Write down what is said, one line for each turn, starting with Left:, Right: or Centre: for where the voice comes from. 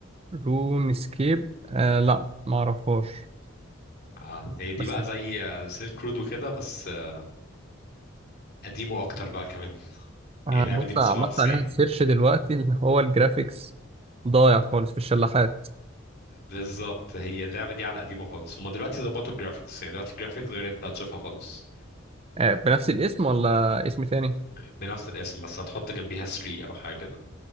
Right: رون سكيب آه لا ما اعرفهاش
Left: اه هي دي
Right: بس
Left: بقى زي سيلك رود وكده بس آه، قديمه اكتر بقى كمان
Right: آه
Left: هي اللعبه
Right: بص
Left: دي من
Right: عملت
Left: 97
Right: عليها سيرش دلوقتي اللي هو الجرافيكس ضايع خالص في الشلاحات
Left: بالظبط هي اللعبه دي على قديمه خالص هما دلوقتي ظبطوا الجرافيكس يعني دلوقتي الجرافيكس غير اللي انت هتشوفها خالص
Right: آه بنفس الاسم ولا اسم تاني
Left: بنفس الاسم بس هتحط جنبيها 3 او حاجه كده